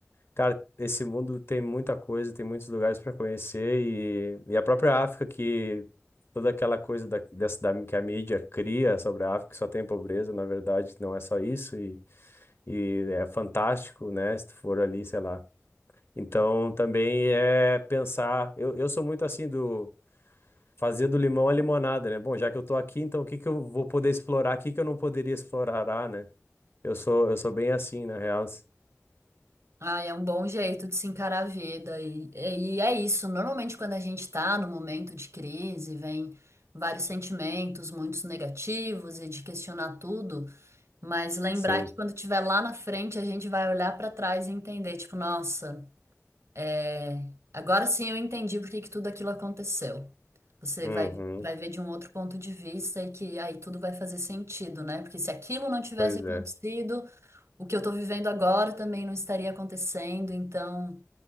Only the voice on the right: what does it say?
Ah, é um bom jeito de se encarar a vida. E, e é isso. Normalmente, quando a gente está no momento de crise, vem vários sentimentos, muitos negativos e de questionar tudo. Mas lembrar
que quando estiver lá na frente, a gente vai olhar para trás e entender, tipo, nossa, é, agora sim eu entendi por que que tudo aquilo aconteceu. Você
vai, vai ver de um outro ponto de vista e que aí tudo vai fazer sentido, né? Porque se aquilo não tivesse
acontecido
o que eu tô vivendo agora também não estaria acontecendo, então